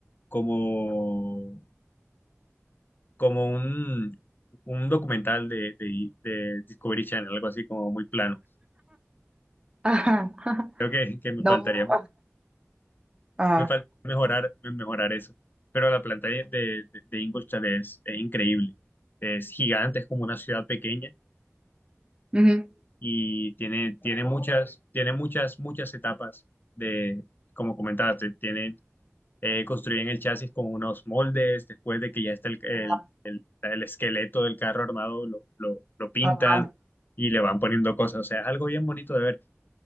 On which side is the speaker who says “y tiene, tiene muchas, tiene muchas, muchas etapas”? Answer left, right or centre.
Left